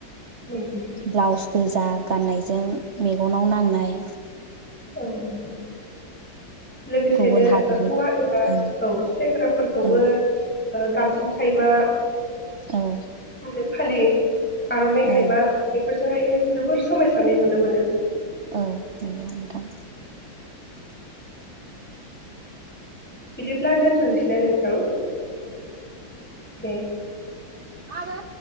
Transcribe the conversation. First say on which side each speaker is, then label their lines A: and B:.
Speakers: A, in the centre; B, on the right.
A: नंगौ
B: ब्लाउस गोजा गाननायजों मेगनाव नांनाय
A: औ <unintelligible> लोगोसेनो
B: गुबुन हारिनि
A: हौवा एबा
B: ओं
A: औ सेंग्राफोरखौबो
B: औ
A: ओ गामसा <unintelligible>
B: औ
A: आरो फालि आर'नाइ खायमा
B: ओं
A: बेफोर जोंहाय जोबोर समायसारनाय नुनो मोनो।
B: औ नोंगौ नोंथां
A: बिदिब्ला दोनथ'नोसैना नोंथां दे
B: आरो